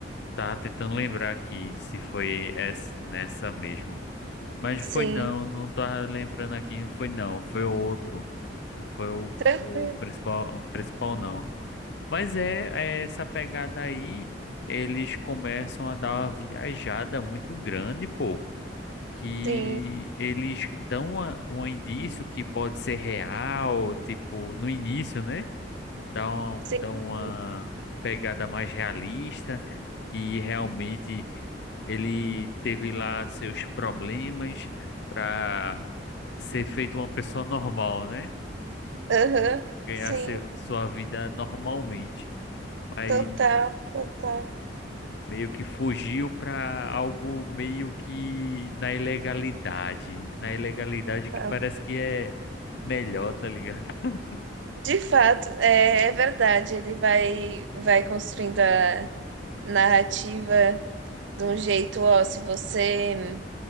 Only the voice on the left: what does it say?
Tava tentando lembrar aqui se foi essa, nessa mesmo. Mas foi
não, não tava lembrando aqui, foi não, foi o outro. Foi o,
o principal, o principal não. Mas é, é essa pegada aí, eles começam a dar uma viajada muito grande, pô. Que
eles dão uma- um indício que pode ser real, tipo, no início, né? dá um-
dá uma
pegada mais realista e realmente ele teve lá seus problemas para ser feito uma pessoa normal, né?
Ganhar
seu, sua vida normalmente, mas
meio que fugiu para algo meio que na ilegalidade, na ilegalidade que
parece que é melhor, tá ligado? <laughs>